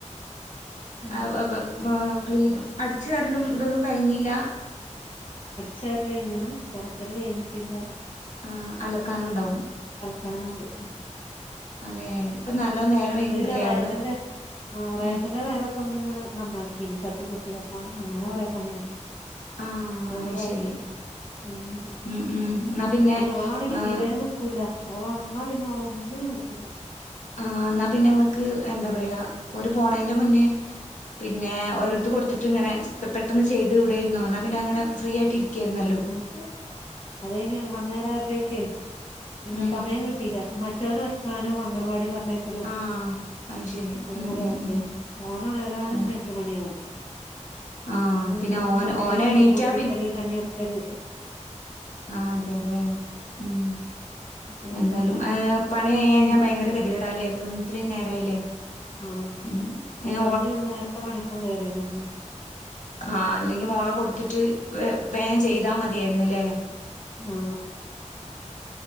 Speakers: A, on the left; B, on the left.
A: ഉം
B: ആ <unintelligible> ക്ലീ അടിച്ചു വരലും ഇതൊന്നും കഴിഞ്ഞില്ല
A: ചേർല കഴിഞ്ഞണ് തുടക്കല് കഴിഞ്ഞിട്ടില്ല
B: ആ അലക്കാന ഉണ്ടാവും
A: കാനണ്ട്
B: അതെ ഇപ്പൊ നല്ലോം നേരം
A: അ
B: വൈകിണ്ട്ല്ലേ
A: പിന്നെ റേക്കന്റെ
B: അവള്
A: ആ റേക്കന്റെ
B: ഉം
A: മേലൊക്കെ ഒന്ന്ങ്ങനെ നന്നാക്കിനീ തട്ട ട്ടി കുട്ടിയാപ്പ അങ്ങനെ കുറപണിയും
B: ആഹ്
A: ഒകെകൂടെ
B: അത്
A: അയ്യപ്പോ
B: ശരി
A: <inaudible>
B: ഉം ഉം എന്നാ
A: പിന്നെ ഇവളാണെക്കിൽ
B: ആഹ്
A: തിരെ നിക്കൂല ഓള് ഓണർന്നാൽ പിന്നെ ഒന്നിനും ആയികൂല
B: ആ ന്നാ പിന്നെ ങ്ങൾക്ക് എന്താ പറയാ ഒരു പോണേന്റെ മുന്നേ പിന്നെ ഓലെടുത്ത് കൊടുതീണ്ട് ഇങ്ങനെ പെട്ടെന്ന് ചെയ്ത് ഇവിടെയിരുന്നു വന്നാ പിന്നെ അങ്ങനെ ഫ്രീ ആയിട്ട് ഇരിക്കായിരുന്നല്ലോ
A: ഉ അതയൻ അന്നേരയാപെക്ക് പിന്നെ
B: ഉം
A: സമയം കിട്ടിയില്ല മറ്റൊനെ ഒരുക്കാനും അംഗൻവാടി പറ പറഞ്ഞയക്കലും
B: ആഹ് അത് ശരി
A: ഒകെ
B: ഉം
A: കൂടെ
B: ഉം
A: ആയപ്പോേ
B: ഉം
A: ഓനണരാനന്നെ
B: അതെ
A: എട്ട് മണിയാാവും
B: ആഹ്
A: അപ്പൊ പിന്നെ കഞ്ഞി
B: ഓൻ
A: കൊടുക്കല്
B: ഓന് എണീറ്റാ
A: കുളിപ്പിക്കല് കഞ്ഞി കൊടുക്കല്
B: ആ അതെല്ലേ ഉം
A: അപ്പൊ കഴിഞ്ഞ്
B: എന്തായാലും
A: പറഞ്ഞയച്ച്
B: എ പണി കഴിയാഞ്ഞാ
A: ഉം
B: ഭയങ്കര ഗതിപ്പെടാലേ ഇപ്പൊ ഇത്രയും നേരായില്ലേ
A: ആഹ
B: ഉം
A: ഹസ്ബൻഡ്
B: ഇനി
A: നേരത്തെ പണിക്കും കേയറീനന്ന്
B: ആഹ അല്ലെങ്കി മോള കൊടുത്തിട്ട് വ വേഗം ചെയ്താ മതിയായിുന്നല്ലേ
A: ആഹ